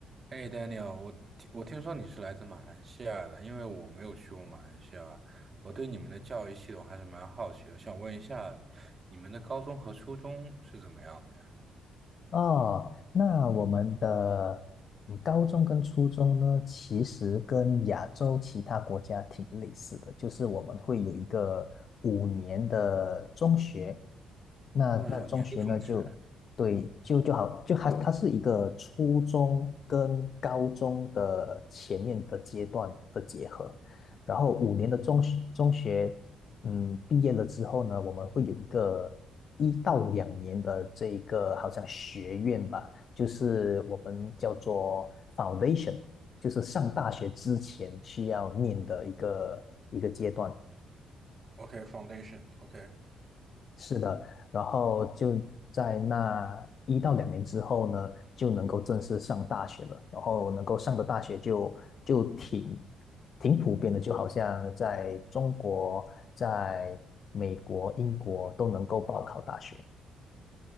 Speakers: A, on the right; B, on the left.
A: 哎，Daniel，我听我听说你是来自马来西亚的，因为我没有去过马来西亚，我对你们的教育系统还是蛮好奇的，想问一下，你们的高中和初中是怎么样的呀？
B: 哦，那我们的嗯高中跟初中呢，其实跟亚洲其他国家挺类似的，就是我们会有一个五年的中学，那那中学呢就对就就好就它它是一个初中跟高中的前面的阶段的结合，
A: 五年的中学
B: 然后五年的中学中学嗯，毕业了之后呢，我们会有一个一到两年的这一个好像学院吧，就是我们叫做 foundation，就是上大学之前需要念的一个。阶段。
A: ，OK，OK，Foundation，OK，
B: 是的，然后就在那一到两年之后呢，就能够正式上大学了。然后能够上的大学就就挺挺普遍的，就好像在中国、在美国、英国都能够报考大学。